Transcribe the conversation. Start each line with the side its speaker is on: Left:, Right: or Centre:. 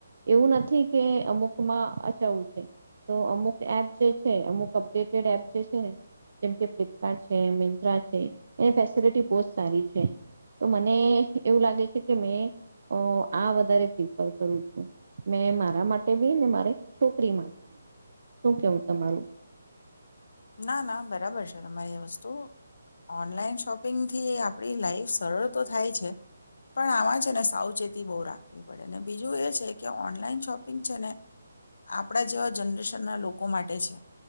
Right: એવું નથી કે અમુકમાં અચાવું છે તો અમુક એપ જે છે અમુક અપડેટેડ એપ જે છે ને જેમકે ફ્લિપકાર્ટ છે મ મિન્તરા છે એની ફેસિલિટી બઉ સારી છે, તો મને એવું લાગે છે કે મે આ વધારે પ્રિફર કરું છું, મે મારા માટે બી ને મારે છોકરી માટે બી. શું કેવું તમારું?
Left: ના ના બરાબર છે તમારી વસ્તુ ઓનલાઈન શોપિંગથી આપણી લાઈફ સરળ તો થાય છે પણ આમાં છે ને સાવચેતી બહુ રાખવી પડે ને બીજું એ છે કે ઓનલાઈન શોપિંગ છે ને આપણા જેવા જનરેશનના લોકો માટે છે.